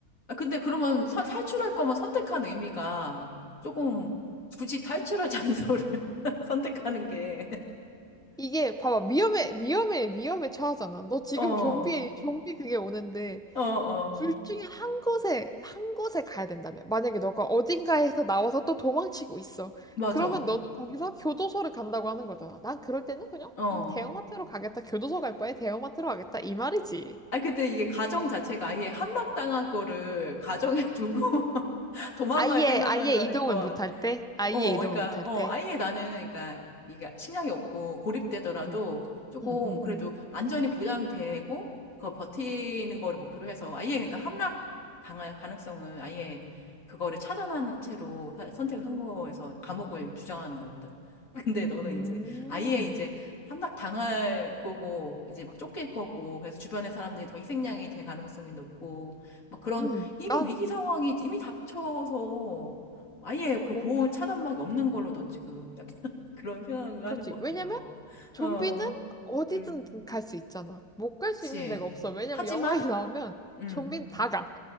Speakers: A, on the left; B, in the centre.
A: 아, 근데 그러면 사- 탈출할 거면 선택한 의미가 조금 굳이 탈출할 장소를 <laughs> 선택하는 게, <laughs>
B: 이게 봐봐 위험에 위험에 위험에 처하잖아. 너 지금
A: 어, 어,
B: 좀비 좀비 그게 오는데
A: 어,
B: 둘 중에 한 곳에, 한 곳에 가야 된다면. 만약에 너가 어딘가에서 나와서 또 도망치고 있어.
A: 맞아.
B: 그러면 너는 거기서 교도소를 간다고 하는 거잖아. 난 그럴 때는 그냥,
A: 어.
B: 음, 대형마트로 가겠다. 교도소 갈 바에 대형마트로 가겠다. 이 말이지.
A: 아, 근데 이게 가정 자체가 아예 함락당할 거를 가정에 두고 <laughs> 도망갈
B: 아예,
A: 생각을
B: 아예
A: 한다는
B: 이동을
A: 건
B: 못할 때? 아예
A: 어,
B: 이동을
A: 그러니까,
B: 못할
A: 어,
B: 때?
A: 아예 나는, 그러니까, 이게 식량이 없고 고립되더라도
B: 음,
A: 조금
B: 음, 음,
A: 그래도
B: 음.
A: 안전이 보장되고, 그거 버티는 거를 목표로 해서 아예, 그러니까 함락 당할 가능성을 아예 그거를 차단한 채로 사- 선택을 한 거에서 감옥을 주장하는 거거든. <laughs> 근데 너는
B: 음,
A: 이제 아예 이제 함락 당할 거고, 이제 막 쫓길 거고, 그래서 주변의 사람들이 더 희생양이 될 가능성이 높고, 막 그런
B: 음,
A: 이미
B: 난
A: 위기 상황이 이미 닥쳐서 아예 그
B: 뭔가,
A: 보호 차단막이 없는 걸로 넌 지금 약간 <laughs> 그런 생각을 하는
B: 그렇지.
A: 것
B: 왜냐면,
A: 같아서.
B: 좀비는
A: 어,
B: 어디든
A: 음,
B: 갈 수 있잖아. 못 갈
A: 그치.
B: 수 있는 데가 없어. 왜냐면
A: 하지만,
B: 영화에 <laughs> 나오면
A: 음,
B: 좀비는 다 가.